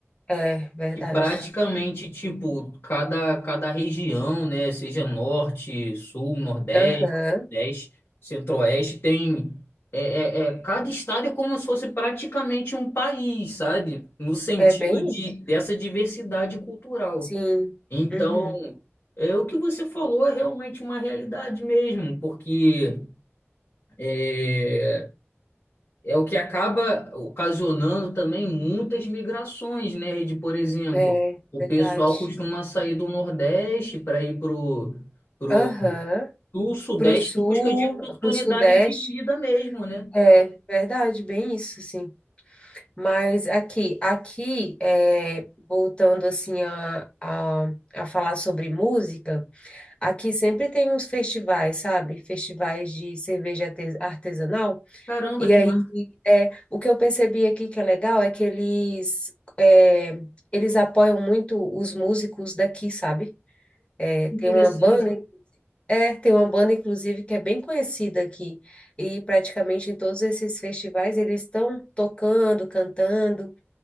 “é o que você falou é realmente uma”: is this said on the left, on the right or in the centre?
Left